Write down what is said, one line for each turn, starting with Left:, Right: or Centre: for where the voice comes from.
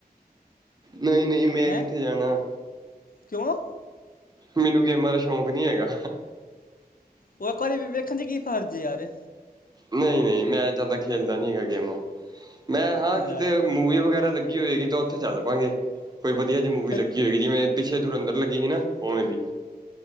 Right: ਨਹੀਂ-ਨਹੀਂ, ਮੈਂ
Left: ਹੈਂ
Right: ਕਿੱਥੇ ਜਾਣਾ।
Left: ਕਿਉਂ।
Right: ਮੈਨੂੰ ਗੇਮਾਂ ਦਾ ਸ਼ੌਂਕ ਨੀ ਹੈਗਾ।
Left: ਉਹ ਇੱਕ ਵਾਰੀ ਵੀ ਵੇਖਣ ਚ ਕੀ ਫਰਜ਼ ਹੈ ਯਾਰ
Right: ਨਹੀਂ ਨਹੀਂ ਮੈਂ ਜਿਆਦਾ ਖੇਲਦਾ ਨੀ ਹੈਗਾ ਗੇਮਾਂ ਮੈਂ ਹਾਂ ਕਿਤੇ
Left: ਲੈ
Right: ਮੂਵੀ ਵਗੈਰਾ ਲੱਗੀ ਹੋਏਗੀ ਤਾਂ ਉੱਥੇ ਚੱਲ ਪਾਾਂਗੇ ਕੋਈ ਵਧੀਆ ਜਿਹੀ ਮੂਵੀ
Left: ਫਿਰ
Right: ਲੱਗੀ ਹੋਏਗੀ ਜਿਵੇਂ ਪਿੱਛੇ ਤੁਰਿੰਦਰ ਲੱਗੀ ਹੋਈ ਸੀ ਨਾ ਉਵੇਂ ਦੀ